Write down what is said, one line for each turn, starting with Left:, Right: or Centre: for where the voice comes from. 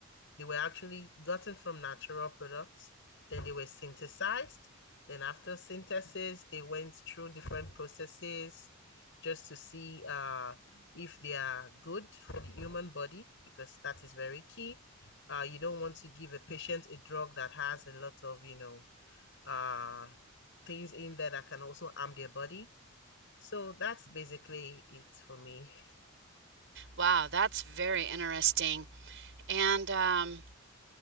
Left: they were actually gotten from natural products. Then they were synthesized. Then after synthesis, they went through different processes just to see uh, if they are good for the human body because that is very key. Uh, you don't want to give a patient a drug that has a lot of you know uh, things in there that can also harm their body. So that's basically it for me.
Right: Wow, that's very interesting. And um,